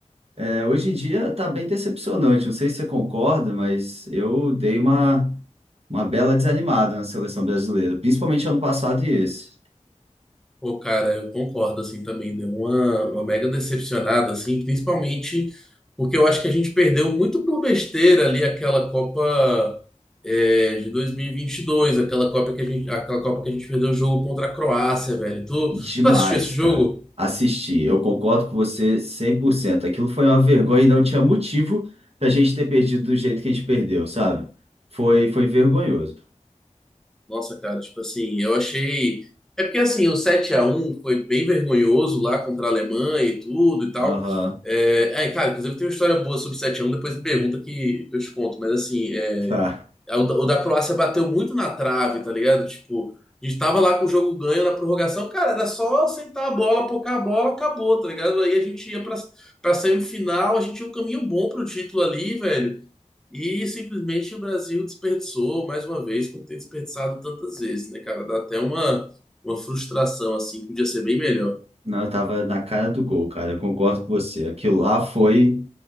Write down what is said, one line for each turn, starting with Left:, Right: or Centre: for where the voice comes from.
Right: É, hoje em dia tá bem decepcionante. Não sei se você concorda, mas eu dei uma, uma bela desanimada na seleção brasileira, principalmente ano passado e esse.
Centre: Pô, cara, eu concordo, assim, também. Deu uma, uma mega decepcionada, assim, principalmente porque eu acho que a gente perdeu muito por besteira ali aquela Copa é, de 2022, aquela Copa que a gente, aquela Copa que a gente perdeu o jogo contra a Croácia, velho. Tu,
Right: Demais,
Centre: tu assistiu esse jogo?
Right: cara. Assisti. Eu concordo com você cem por cento Aquilo foi uma vergonha e não tinha motivo da gente ter perdido do jeito que a gente perdeu, sabe? Foi, foi vergonhoso.
Centre: Nossa, cara, tipo assim, eu achei. É porque assim, o sete a um foi bem vergonhoso lá contra a Alemanha e tudo e tal.
Right: Aham,
Centre: É, é, cara, inclusive tem uma história boa sobre sete a um depois me pergunta que eu te conto. Mas assim, é,
Right: tá.
Centre: é, o, da o da Croácia bateu muito na trave, tá ligado? Tipo, a gente tava lá com o jogo ganho na prorrogação, cara, era só sentar a bola, pocar a bola, acabou, tá ligado? Aí a gente ia pra, pra semifinal, a gente tinha um caminho bom pro título ali, velho. E simplesmente o Brasil desperdiçou mais uma vez, como tem desperdiçado tantas vezes, né, cara? Dá até uma, uma frustração, assim, que podia ser bem melhor.
Right: Não, eu tava na cara do gol, cara. Eu concordo com você. Aquilo lá foi.